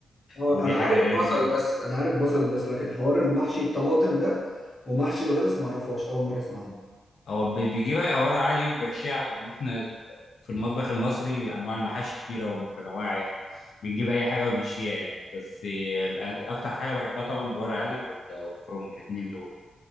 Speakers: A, on the left; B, on the left.
A: اه
B: ودي
A: أنا عارف
B: حاجه غريبه
A: بصل
B: جدا
A: بس أنا عارف بصل بس لكن حوار المحشي الطماطم ده ومحشي بطاطس معرفهاش أول مرة أسمع عنه
B: هو بي- بيجيبها يقورها عادي ويحشيها يعني احنا في المطبخ المصري انواع المحاشي كتيره ومتنوعه يعني بنجيب اي حاجه ونمشيها يعني بس آه، اكتر حاجه بحبها طبعا الورق عنب وال- والكرومب الاثنين دول